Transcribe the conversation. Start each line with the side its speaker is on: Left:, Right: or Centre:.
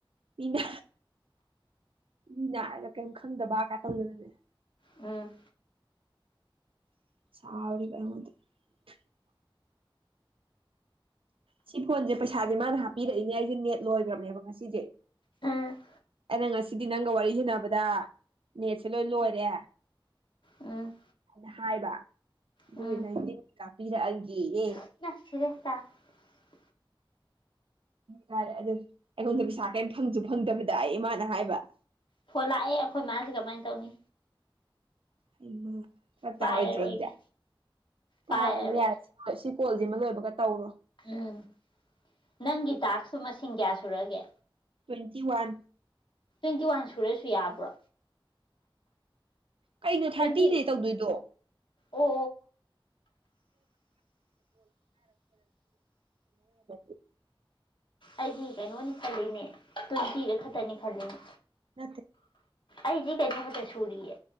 Right: ꯃꯤ <inaudible> ꯃꯤꯅꯔꯥ ꯀꯦꯝ ꯈꯪꯗꯕ ꯀꯥꯏ ꯇꯧꯗꯅꯅꯦ
Left: ꯎꯝ
Right: <unintelligible> ꯁꯤ ꯐꯣꯟꯁꯦ ꯄꯩꯁꯥꯁꯦ ꯃꯥꯅ ꯍꯥꯞꯄꯤꯔꯛꯏꯅꯦ ꯑꯩꯒꯤ ꯅꯦꯠ ꯂꯣꯏꯒ꯭ꯔꯅꯦꯕ ꯉꯁꯤꯖꯦ
Left: ꯎꯝ
Right: <unintelligible> ꯁꯤꯗꯤ ꯅꯪꯒ ꯋꯥꯔꯤ ꯁꯥꯅꯕꯗ ꯅꯦꯠꯁꯦ ꯂꯣꯏ ꯂꯣꯏꯔꯦ
Left: ꯎꯝ
Right: ꯍꯥꯏꯅ ꯍꯥꯏꯕ ꯑꯗꯨꯒꯤ
Left: ꯎꯝ
Right: ꯅꯥꯏꯟꯇꯤꯟ <unintelligible> ꯄꯤꯔꯛꯑꯒꯦ ꯌꯦ
Left: <unintelligible>
Right: ꯁꯔꯦ ꯑꯗꯨ ꯑꯩꯉꯣꯟꯗ ꯄꯩꯁꯥ ꯀꯦꯝ ꯐꯪꯁꯨ ꯐꯪꯗꯕꯤꯗꯌꯦ ꯃꯥꯅ ꯍꯥꯏꯕ
Left: ꯐꯣꯟ ꯂꯥꯛꯑꯦ ꯑꯩꯈꯣꯏ ꯃꯥꯁꯦ ꯀꯃꯥꯏ ꯇꯧꯅꯤ
Right: <unintelligible> ꯐ꯭ꯔꯛ
Left: ꯄꯥꯏꯔꯔꯣꯏꯒꯦ
Right: ꯇꯥꯔꯣꯏꯗ꯭ꯔꯣ ꯑꯗꯨꯗꯤ ꯄꯥꯏꯔꯨꯔꯅꯨ
Left: ꯄꯥꯏꯔꯔꯣꯏ
Right: ꯌꯥꯔꯦ ꯑ ꯁꯤ ꯀꯣꯜꯁꯤꯃ ꯂꯣꯏꯕ <unintelligible> ꯇꯧꯔꯣ
Left: ꯎꯝ ꯅꯪꯒꯤ ꯇꯥꯛꯁꯇꯣ ꯃꯁꯤꯡ ꯀꯌꯥ ꯁꯨꯔꯒꯦ
Right: ꯇ꯭ꯋꯦꯟꯇꯤ ꯋꯥꯟ
Left: ꯇ꯭ꯋꯦꯟꯇꯤꯋꯥꯟ ꯁꯨꯔꯁꯨ ꯌꯥꯕ꯭ꯔꯣ
Right: ꯀꯩꯅꯣ ꯊꯔꯇꯤꯅꯦ
Left: ꯇ꯭ꯋꯦꯟꯇꯤ
Right: ꯇꯧꯗꯣꯏꯗꯣ
Left: ꯑꯣ
Right: <unintelligible>
Left: ꯑꯩꯗꯤ ꯀꯩꯅꯣꯅꯦ ꯈꯜꯂꯤꯅꯦ ꯇꯣꯏꯟꯇꯤꯔꯛ ꯈꯛꯇꯅꯦ ꯈꯜꯂꯤꯅꯦ
Right: ꯅꯠꯇꯦ
Left: ꯑꯩꯗꯤ ꯀꯩꯅꯣ ꯈꯛꯇ ꯁꯨꯔꯤꯌꯦ